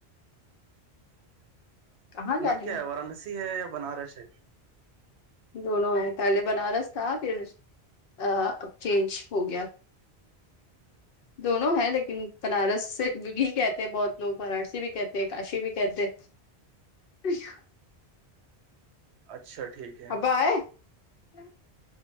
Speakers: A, on the left; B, on the right.
A: کہاں جانے
B: نام کیا
A: میں
B: ہے وارانسی ہے یا بنارس ہے
A: دونوں ہیں پہلے بنارس تھا پھر آ اب چینج ہو گیا دونوں ہیں لیکن بنارس سے بھی کہتے ہیں بہت لوگ وارانسی بھی کہتے ہیں کاشی بھی کہتے <unintelligible>
B: اچھا ٹھیک ہے
A: ابا اے کون